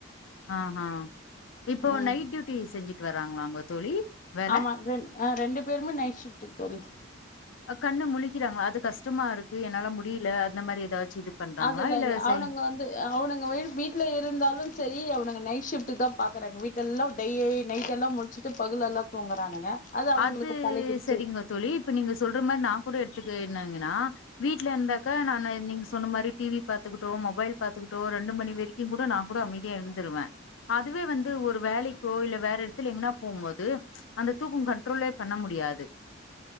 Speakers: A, on the left; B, on the left.
A: ஆஹா இப்போ
B: ம்
A: நைட் டியூட்டி செஞ்சுட்டு வராங்களாங்க தோழி வேல
B: ஆமா ரெண் ரெண்டு பேருமே நைட் ஷிப்ட்டு தோழி
A: கண்ணு முழிக்றாங்களா அது கஷ்டமாருக்கு என்னால முடியல அந்த மாரி ஏதாச்சு இது பண்றாங்களா
B: அதுலா இல்ல
A: செய்
B: அவனுங்க வந் அவனுங்க வீட்ல இருந்தாலு சரி அவனுங்க நைட்ஷிஃப்ட் தா பாக்றாங்க வீட்டல்லா விட்டு டெய் நைட்ல்லா முழுச்சுட்டு பகலெல்லா தூங்குறானுங்க அவனுங்களுக்கு
A: அது
B: பழகிடுச்சு
A: சரிங்க தோழி இப்ப நீங்க சொல்ற மாரி நா கூட எடுத்துக்குன்னங்னா வீட்ல இருந்தாக்கா நா நீங்க சொன்ன மாரி டி வி பாத்துக்குட்டோ மொபைல் பாத்துக்குட்டோ ரெண்டு மணி வெரிக் கி கூட நா கூட அமைதியா இருந்துருவ அதுவே வந்து ஒரு வேலைக்கோ இல்ல வேற எடத்ல எங்னா போம்போது அந்த தூக்கோ கன் ட்ரோலே பண்ண முடியாது